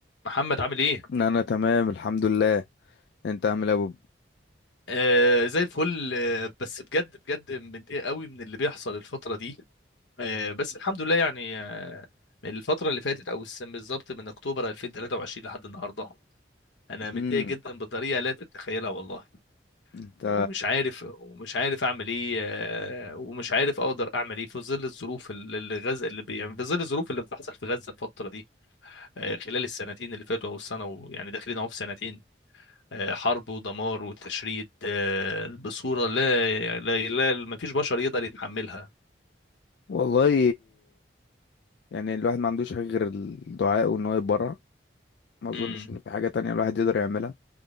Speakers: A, on the left; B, on the left.
A: محمد عامل ايه؟
B: انا تمام الحمد لله انت عامل ايه يا بوب
A: آه زي الفل آه بس بجد بجد متضايق قوي من اللي بيحصل الفترة دي آه بس الحمد لله يعني آه من الفترة اللي فاتت او السنة بالظبط من اكتوبر 2023 لحد النهاردة انا متضايق
B: امم
A: جدا بطريقة لا تتخيلها والله
B: انت
A: ومش عارف ومش عارف اعمل ايه آه ومش عارف اقدر اعمل ايه في ظل الظروف اللي اللي غزة اللي بي يعني في ظل الظروف اللي بتحصل في غزة الفترة دي آه خلال السنتين اللي فاتوا او السنة ويعني داخلين اهو في سنتين آه، حرب ودمار وتشريد آه، بصورة لا لا, لا ما فيش بشر يقدر يتحملها
B: والله يعني الواحد ما عندوش حاجه غير الدعاء وان هو يتبرع ما اظنش
A: مم.
B: ان في حاجه تانية الواحد يقدر يعملها